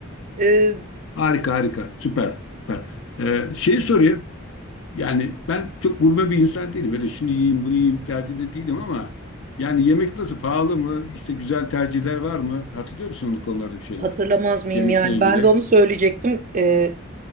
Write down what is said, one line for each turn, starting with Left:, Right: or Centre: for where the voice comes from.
Right: Ee,
Left: harika harika süper. süper. Ee, şey sorayım. Yani ben çok gurme bir insan değilim. Böyle şunu yiyeyim, bunu yiyeyim derdinde değilim ama yani yemek nasıl? Pahalı mı? İşte güzel tercihler var mı? Hatırlıyor musun o konularda bir şeyler?
Right: hatırlamaz mıyım
Left: Yemekle
Right: yani?
Left: ilgili.
Right: Ben de onu söyleyecektim. Ee,